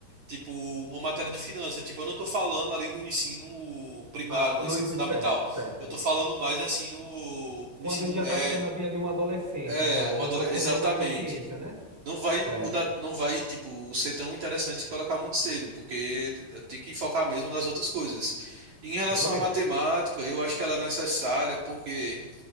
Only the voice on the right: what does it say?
Tipo, uma matéria de finanças. Tipo, eu não tô falando ali no ensino primário,
no
ensino
fundamental.
Eu tô falando mais assim no, no
ensino
médio.
É,
uma
adole-
exatamente.
Não vai
mudar, não vai, tipo, ser tão interessante se colocar muito cedo, porque tem que focar mesmo nas outras coisas. Em relação
à matemática, eu acho que ela é necessária, porque